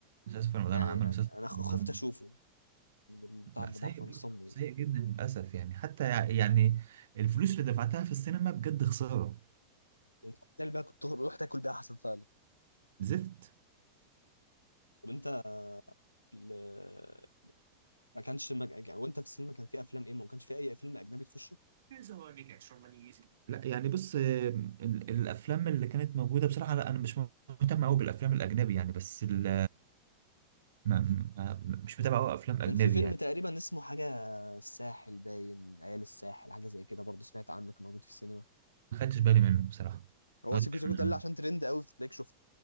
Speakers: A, on the right; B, on the left.
A: مسلسل في رمضان
B: يعني
A: عمل مسلسل
B: انا
A: في
B: أنا خفت
A: رمضان
B: اشوفه من البتاع
A: لا
B: اللي
A: سيء
B: بره
A: برضه
B: من الصمم يعني
A: سيء جدا للأسف يعني حتى يع- يعني الفلوس اللي دفعتها في السينما بجد خسارة
B: كنت كنت بقى كنت رحت اكل بيها احسن فعلا
A: زفت
B: طب انت ال- ما كانش ما... يعني وانت في السينما كان في افلام ايه ما كانش في اي فيلم اجنبي تخشه
A: Here's how I make extra money easily. لا يعني بص آم، ال- الأفلام اللي كانت موجودة بصراحة لا أنا مش مهتم أوي بالأفلام الأجنبي يعني بس ال- ما ما مش متابع أوي أفلام أجنبي
B: كان في فيلم
A: يعني
B: تقريبا اسمه حاجة الساحل باين عيال الساحل حاجة زي كده برضه سمعت عنه كان موجود في السينما
A: ما خدتش بالي منه بصراحة
B: هو
A: ما
B: سيكو
A: خدتش
B: سيكو
A: بالي
B: ده
A: منه
B: اللي عشان ترند قوي فتلاقيك شفته